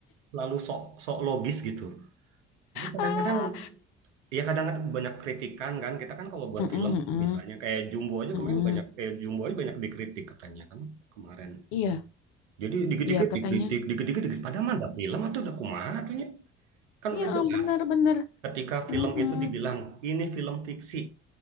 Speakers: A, on the right; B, on the left.
A: terlalu sok sok logis gitu. Jadi kadang-kadang
B: Ah,
A: Iya kadang-kadang banyak kritikan kan. Kita kan kalau buat
B: mm-mm,
A: film
B: mm-mm,
A: misalnya kayak Jumbo aja
B: mm-mm.
A: kemarin banyak kayak Jumbo aja banyak dikritik katanya kan kemarin.
B: Iya,
A: Jadi dikit-dikit
B: iya katanya.
A: dikritik, dikit-dikit dikritik. Padahal mah nggak film atau udah kumaha atunya. Kan udah
B: Iya,
A: jelas.
B: benar-benar.
A: Ketika
B: Mm-mm,
A: film itu dibilang ini film fiksi,